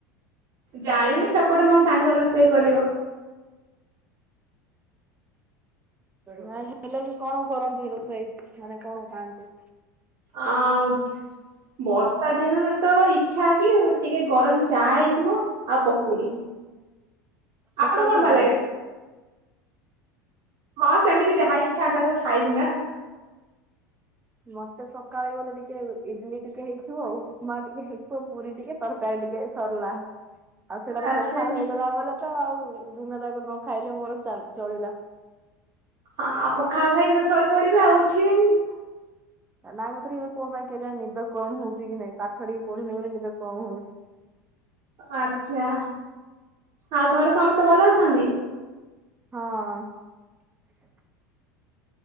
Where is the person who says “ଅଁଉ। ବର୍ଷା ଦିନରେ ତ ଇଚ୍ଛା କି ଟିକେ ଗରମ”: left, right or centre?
Right